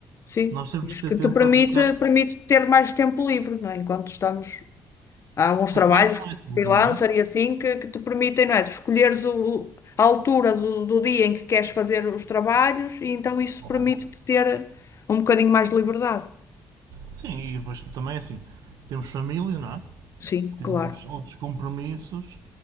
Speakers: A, on the left (about 50°); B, on the right (about 80°).
A: Sim,
B: Nós temos
A: e acho
B: de ter
A: que
B: tempo
A: te permite,
B: para dedicar.
A: permite ter mais tempo livre, não é? Enquanto estamos. Há alguns
B: Trabalho
A: trabalhos
B: não é tudo,
A: freelancer
B: não é?
A: e assim que, que te permitem, não é? Escolheres o, a altura do, do dia em que queres fazer os trabalhos e então isso
B: Claro.
A: permite-te ter um bocadinho mais de liberdade.
B: Sim, e depois tu também, é assim, temos família, não é?
A: Sim,
B: Temos
A: claro,
B: outros compromissos